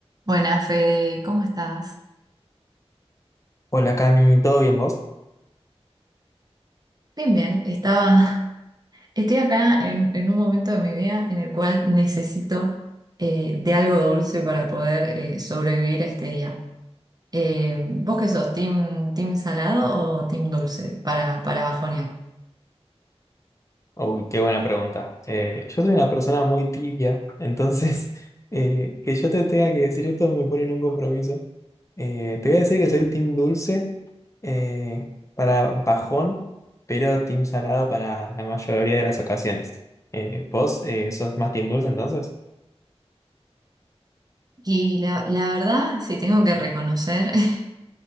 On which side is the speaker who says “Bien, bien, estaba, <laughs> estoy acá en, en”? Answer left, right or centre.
Right